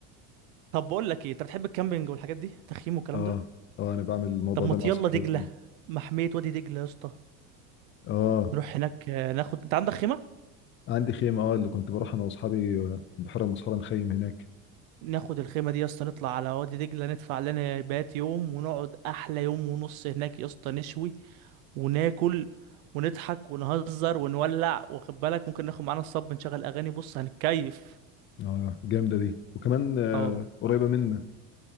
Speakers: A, on the right; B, on the left.
A: طب بقول لك ايه انت بتحب الكامبينج والحاجات دي تخييم والكلام
B: اه
A: ده
B: اه انا بعمل الموضوع
A: طب ما
B: ده مع
A: يلا
B: اصحابي
A: دجلة
B: دايما
A: محمية وادي دجلة يا اسطى
B: اه
A: نروح هناك آه، ناخد انت عندك خيمة
B: عندي خيمه اه اللي كنت بروح انا واصحابي آه، بحيره مسحوره نخيم هناك
A: ناخد الخيمة دي يا اسطى نطلع على وادي دجلة ندفع لنا بات يوم ونقعد أحلى يوم ونص هناك يا اسطى نشوي وناكل ونضحك ونهزر ونولع واخد بالك ممكن ناخد معانا الصب نشغل أغاني بص هنتكيف
B: اه جامده دي وكمان آه
A: اه
B: قريبه منا